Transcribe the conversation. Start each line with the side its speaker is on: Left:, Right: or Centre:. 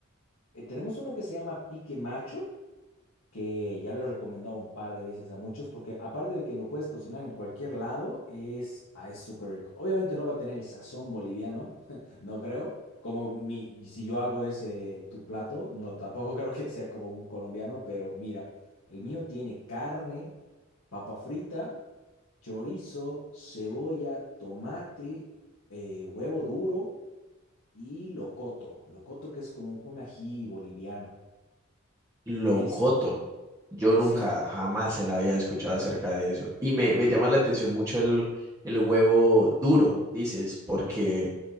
Left: eh, tenemos uno que se llama pique macho, que ya lo he recomendado un par de veces a muchos, porque aparte de que lo puedes cocinar en cualquier lado, es, ah, es súper rico. Obviamente no va a tener el sazón boliviano, <laughs> no creo. Como mi, si yo hago ese tu plato, no tampoco <laughs> creo que sea como un colombiano, pero mira, el mío tiene carne, papa frita, chorizo, cebolla, tomate, eh, huevo duro y locoto. Locoto que es como un ají boliviano.
Right: Locoto.
Left: De ahí, sa-
Right: Yo nunca,
Left: sí.
Right: jamás se la había escuchado acerca de eso. Y me, me llama la atención mucho el, el huevo duro, dices, porque,